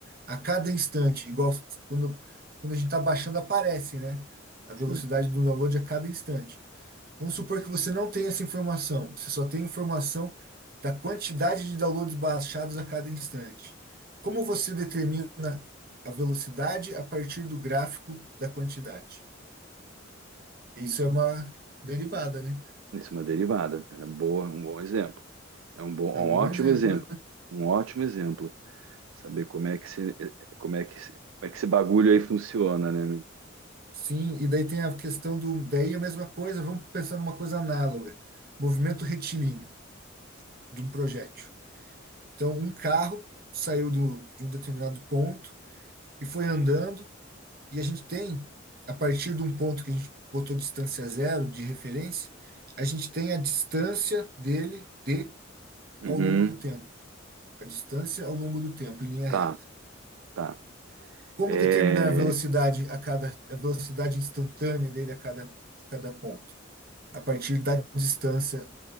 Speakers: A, on the right; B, on the right.
A: a cada instante, igual quando, quando a gente está baixando, aparece, né? A velocidade
B: sim,
A: do download a cada instante. Vamos supor que você não tem essa informação, você só tem informação da quantidade de downloads baixados a cada instante. Como você determina a velocidade a partir do gráfico da quantidade? Isso é uma derivada, né?
B: isso é uma derivada, cara. Boa, um bom exemplo. É um bom, um
A: É um bom
B: ótimo
A: exemplo,
B: exemplo.
A: né?
B: Um ótimo exemplo. Saber como é que se, como é que se, como é que esse bagulho aí funciona, né? meu?
A: Sim, e daí tem a questão do. Daí a mesma coisa, vamos pensar numa coisa análoga: movimento retilíneo de um projétil. Então, um carro saiu do, de um determinado ponto e foi andando, e a gente tem, a partir de um ponto que a gente botou distância zero de referência, a gente tem a distância dele de
B: Uhum,
A: ao longo do tempo. A distância ao longo do tempo, em linha
B: tá,
A: reta.
B: tá.
A: Como
B: É,
A: determinar a velocidade a cada, a velocidade instantânea dele a cada, a cada ponto? a partir da distância